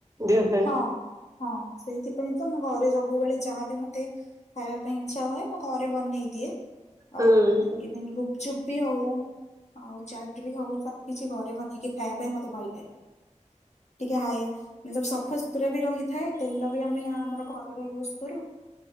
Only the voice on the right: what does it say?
ଦେହ ପାଇଁ।
ହୁଁ।